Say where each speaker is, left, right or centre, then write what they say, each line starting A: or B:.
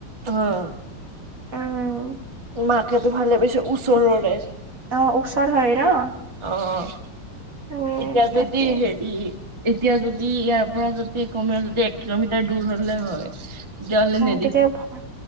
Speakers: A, on the right; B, on the right.
A: অঁ!
B: উম
A: মাকে দুহালে পিচে ওচৰৰে।
B: অঁ উচৰ হয় ন'।
A: অঁ
B: উম
A: এতিয়া
B: তাকে
A: যদি হেৰী এতিয়া যদি ইয়াৰ পৰা যদি কমেও যদি এক কিলোমিটাৰ দূৰ হ'লে হয়। চিয় লিলীলি
B: তেতিয়াও ভাবা